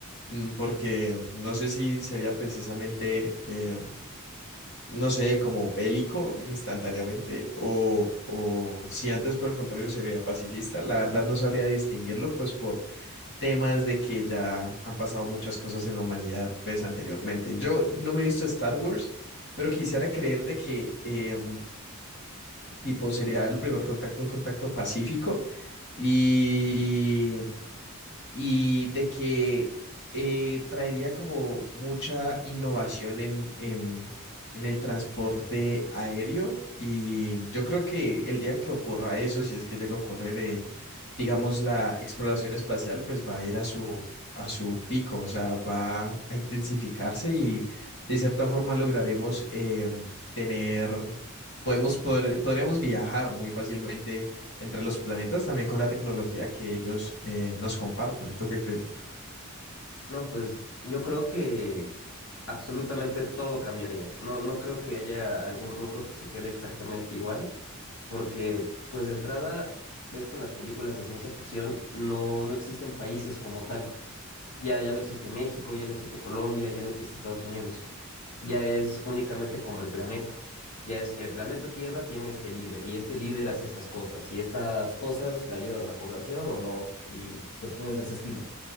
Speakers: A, on the left; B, on the left.
A: Mm, porque no sé si sería precisamente, eh, no sé, como bélico instantáneamente o, o si antes por el contrario sería pacifista. La verdad no sabría distinguirlo, pues por, temas de que ya han pasado muchas cosas en la humanidad, pues anteriormente. Yo no me he visto Star Wars, pero quisiera creer de que, eh, tipo, sería el primer contacto, un contacto pacífico y y de que eh, traería como mucha innovación en, en, en el transporte aéreo y yo creo que el día que ocurra eso, si es que llega a ocurrir, eh, digamos, la exploración espacial, pues va a ir a su, a su pico, o sea, va a intensificarse y de cierta forma lograremos eh, tener, podemos, poder- podríamos viajar muy fácilmente entre los planetas, también con la tecnología que ellos eh, nos compartan. ¿Tú qué crees?
B: No, pues yo creo que absolutamente todo cambiaría. No, no creo que haya algún rubro que se quede exactamente igual, porque pues de entrada ves que en las películas de ciencia ficción no, no existen países como tal. Ya, ya no existe México, ya no existe Colombia, ya no existe Estados Unidos. Ya es únicamente como el planeta. Ya es el planeta Tierra tiene este líder y este líder hace estas cosas y estas cosas le ayudan a la población o no y cuestiones de ese estilo.